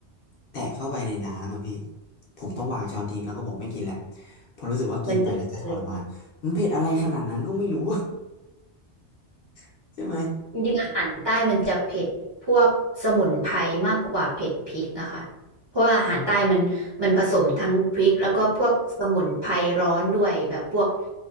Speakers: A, on the left; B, on the right.
A: แตะเข้าไปในน้ำอ่ะพี่ผมต้องวางช้อนทิ้งแล้วก็บอกไม่กินและเพราะรู้สึกว่ากินไปแล้วจะทรมานมันเผ็ดอะไรขนาดนั้นก็ไม่รู้
B: มันเผ็ดเลย
A: <laughs> ใช่ไหม
B: จริงๆอาหารใต้มันจะเผ็ดพวกสมุนไพรมากกว่าเผ็ดพริกอะค่ะเพราะว่าอาหารใต้มันมันผสมทั้งพริกแล้วก็พวกสมุนไพรร้อนด้วยแบบพวก